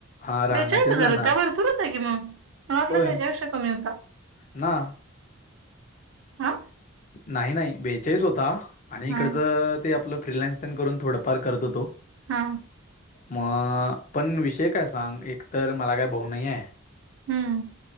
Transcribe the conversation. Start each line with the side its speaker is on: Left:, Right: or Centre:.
Left: हा राहणं
Right: बेचाळीस
Left: तेन
Right: हजार
Left: जाणार
Right: होता. भरपूर होता कि मग. मला वाटलं
Left: होय
Right: त्याच्यापेक्षा कमी होता.
Left: ना
Right: हा.
Left: नाही नाही बेचाळीस होता. आणि इकडच
Right: हा
Left: ते आपलं फ्रिलान्स तेन करून थोडं फार करत होतो.
Right: हा
Left: मग पण विषय काय सांग एक तर मला काय भाऊ नाही हाय
Right: हम्म